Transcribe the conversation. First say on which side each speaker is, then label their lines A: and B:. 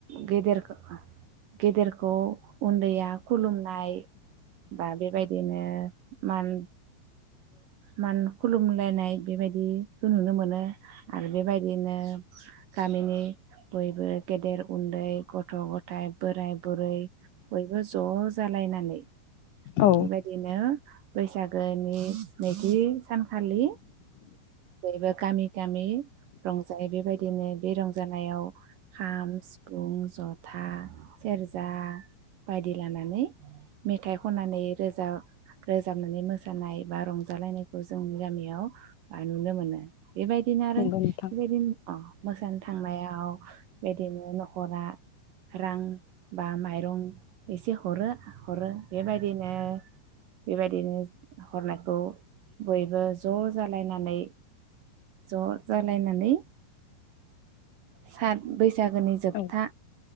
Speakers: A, on the right (about 70°); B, on the left (about 85°).
A: गेदेर गेदेरखौ उन्दैया खुलुमनाय बा बेबायदिनो मान मान खुलुमलायनाय बेबायदिखौ नुनो मोनो आरो बेबायदिनो गामिनि बयबो गेदेर उन्दै गथ गथायाइ बोराय बुरै बयबो ज जालायनानै बेबायादनो
B: औ
A: बैसागोनि नैथि सानखालि बयबो गामि गामि रंजायो बेबायदिनो बे रंजानायाव खाम सिफुं जथा सेरजा बायदि लानानै मेथाइ खनानै रोजाब रोजाबनानै मोसानाय बा रंजालायनायखौ जोंनि गामियाव ओ नुनो मोनो बेबायदिनो आरो
B: नंगौ नोंथां
A: बेबायदि अ मोसानो थांनायाव बिदिनो नखरा रां बा माइरं एसे हरो हरो बेबायदिनो बेबायदिनो हरनायखौ बयबो ज जालायनानै ज जालायनानै सा बैसा बैसागोनि जोबथा
B: औ